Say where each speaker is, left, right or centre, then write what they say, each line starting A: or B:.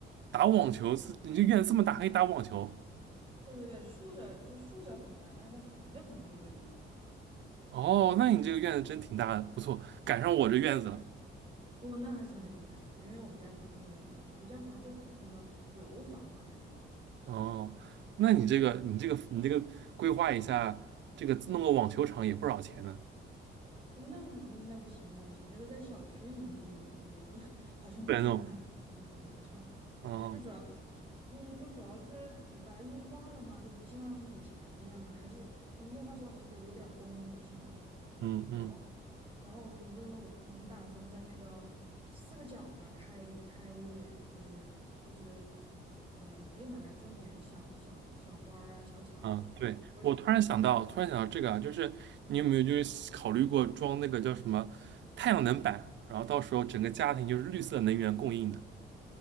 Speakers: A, on the right; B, on the right.
A: 打网球是，你这院子这么大还可以打网球，
B: 对对对，竖着就竖着很大，但是横着可能就没有那么宽。
A: 哦，那你这个院子真挺大的，不错，赶上我这院子了。
B: 哦，那还是没有，那还是没有，因为我们家房子没有那么大，我们家房子就普通的楼房而已。
A: 哦，那你这个你这个你这个规划一下，这个弄个网球场也不少钱呢，
B: 嗯那那不行，那不行，这个在小区里面不能不能不能，<laughs> 好像不太能拿来嗯网球场吧？
A: 不然弄。哦，
B: 就主要是，嗯，就主要是把它硬化了嘛，就不像以前那样了，还是你硬化之后还是得有点儿功能性，对吧？
A: 嗯嗯。
B: 然后，然后我们就可能打算在那个四个角那儿开开一点，就是就是，嗯、可以拿来种点小小小花儿啊、小草之类的，
A: 嗯，对，
B: 我也想原来。
A: 我突然想到，突然想到这个啊，就是你有没有就是考虑过装那个叫什么太阳能板，然后到时候整个家庭就是绿色能源供应的。